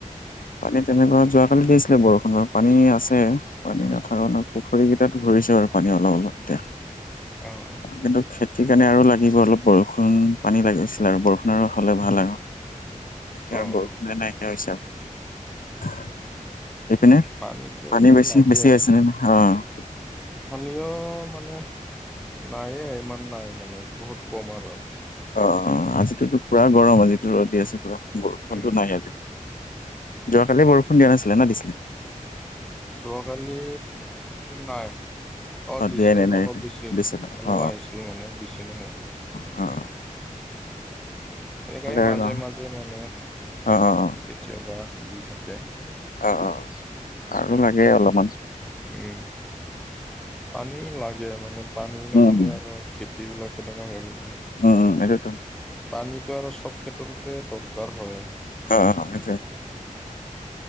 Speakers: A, on the left; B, in the centre.
A: পানী তেনেকুৱা যোৱাকালি দিছিলে বৰষুণৰ পানী আছে পানী নাথাকা নহয়। পুখুৰী
B: উম,
A: কেইটাত
B: উম,
A: ভৰিছে বাৰু পানী অলপ অলপ এতিয়া।
B: অ', অ'।
A: কিন্তু খেতিৰ কাৰণে আৰু লাগিব অলপ বৰষুণ পানী লাগিছিলে আৰু বৰষুণৰ আৰু হ'লে ভাল আৰু। এতিয়া
B: অ',
A: আৰু বৰষুণে
B: অ'।
A: নাই কিয়া হৈছে আৰু এইপিনে
B: পানীটো
A: পানী বেছি
B: লাগে।
A: বেছি হৈছে ন-ন অ'।
B: ইফালেও মানে নায়ে ইমান নাই মানে বহুত কম আৰু।
A: অ', অ', আজিটোতো পুৰা গৰম আজিটো ৰ'দ দি আছে পুৰা বৰষুণতো
B: উম,
A: নাই আজি। যোৱাকালি বৰষুণ দিয়া নাছিলে নে দিছিলে?
B: যোৱাকালি নাই। অ', দিছিল
A: দিয়াই নাই নাই
B: অলপ দিছিল
A: দিছে ন অ
B: অলপ আহিছিল মানে বেছি নহয় আৰু।
A: হয়।
B: এনেকাই মাজে
A: আৰু ন
B: মাজে মানে
A: অ অ অ।
B: কেতিয়াবা দি থাকে।
A: অ', অ', আৰু লাগে অলপমান।
B: উম, পানী লাগে মানে পানী নহ'লে
A: উম
B: আৰু খেতিবিলাক কেনেকুৱা কৰিব।
A: উম, উম, এইটোতো
B: পানীটো আৰু চব ক্ষেত্ৰতে দৰকাৰ হয়।
A: অ', অ', সেইটোৱে।
B: উম,